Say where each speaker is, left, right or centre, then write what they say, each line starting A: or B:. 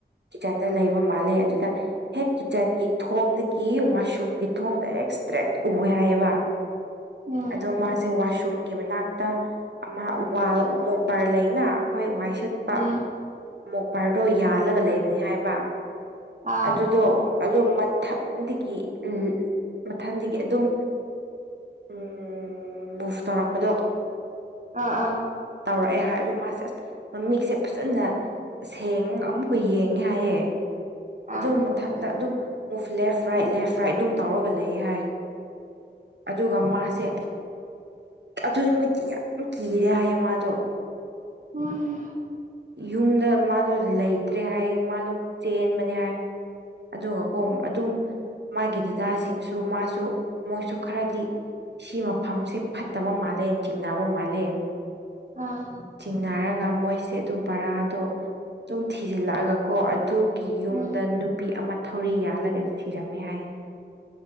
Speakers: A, on the right; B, on the right.
A: ꯀꯤꯆꯟꯗ ꯂꯩꯕ ꯃꯥꯜꯂꯦ ꯑꯗꯨꯗ ꯍꯦꯛ ꯀꯤꯆꯟꯒꯤ ꯊꯣꯡꯗꯒꯤ ꯋꯥꯁꯔꯨꯝꯒꯤ ꯊꯣꯡ ꯗꯥꯏꯔꯦꯛ ꯏꯁꯇ꯭ꯔꯦꯠ ꯎꯋꯦ ꯍꯥꯏꯌꯦꯕ
B: ꯎꯝ
A: ꯑꯗꯣ ꯃꯥ ꯁꯦ ꯋꯥꯁꯔꯨꯝꯒꯤ ꯃꯅꯥꯛꯇ ꯑꯃ ꯋꯥꯜ ꯃꯣꯄꯔ ꯂꯩꯅ ꯑꯩꯈꯣꯏ ꯋꯥꯏꯁꯤꯠ ꯄꯥ
B: ꯎꯝ
A: ꯃꯣꯄꯔꯗꯣ ꯌꯥꯜꯂꯒ ꯂꯩꯕꯅꯤ ꯍꯥꯏꯌꯦꯕ
B: ꯑꯥ
A: ꯑꯗꯨꯗꯣ ꯑꯗꯨꯝ ꯃꯊꯟꯗꯒꯤ ꯎꯝ ꯃꯊꯟꯗꯒꯤ ꯑꯗꯨꯝ ꯎꯝ ꯃꯨꯐ ꯇꯧꯔꯛꯄꯗꯣ
B: ꯑꯥ ꯑꯥ
A: ꯇꯧꯔꯛꯑꯦ ꯍꯥꯏ ꯑꯗꯣ ꯃꯥꯁꯦ ꯑꯁ ꯃꯃꯤꯠꯁꯦ ꯐꯖꯅ ꯁꯦꯡꯉꯒ ꯑꯃꯨꯛꯀ ꯌꯦꯡꯉꯦ ꯍꯥꯏꯌꯦ ꯑꯗꯨꯝ
B: ꯑꯥ
A: ꯃꯊꯟꯗ ꯑꯗꯨꯝ move left right left right ꯑꯗꯨꯝ ꯇꯧꯔꯒ ꯂꯩ ꯍꯥꯏ ꯑꯗꯨꯒ ꯃꯥꯁꯦ ꯑꯗꯨ ꯅꯨꯃꯤꯠꯇꯤ ꯌꯥꯝ ꯀꯤꯔꯦ ꯍꯥꯏꯌꯦ ꯃꯥꯗꯣ
B: ꯎꯨ
A: ꯌꯨꯝꯗ ꯃꯥꯗꯣ ꯂꯩꯇ꯭ꯔꯦ ꯍꯥꯏ ꯃꯥꯗꯣ ꯆꯦꯟꯕꯅꯦ ꯍꯥꯏ ꯑꯗꯨꯒꯀꯣ ꯑꯗꯨꯝ ꯃꯥꯒꯤ ꯗꯗꯥꯁꯤꯡꯁꯨ ꯃꯥꯁꯨ ꯃꯣꯏꯁꯨ ꯈꯔꯗꯤ ꯁꯤ ꯃꯐꯝꯁꯦ ꯐꯠꯇꯕ ꯃꯥꯜꯂꯦ ꯆꯤꯡꯅꯕ ꯃꯥꯜꯂꯦ
B: ꯑꯥ
A: ꯆꯤꯡꯅꯔꯒ ꯃꯣꯏꯁꯦ ꯑꯗꯨ ꯕꯔꯥꯗꯣ ꯑꯗꯨꯝ ꯊꯤꯖꯤꯜꯂꯛꯑꯒ ꯀꯣ ꯑꯗꯨꯒꯤ ꯒꯤ ꯌꯨꯝꯗ
B: ꯎꯝ
A: ꯅꯨꯄꯤ ꯑꯃ ꯊꯧꯔꯤ ꯌꯥꯜꯂꯒ ꯁꯤꯔꯝꯃꯦ ꯍꯥꯏꯌꯦ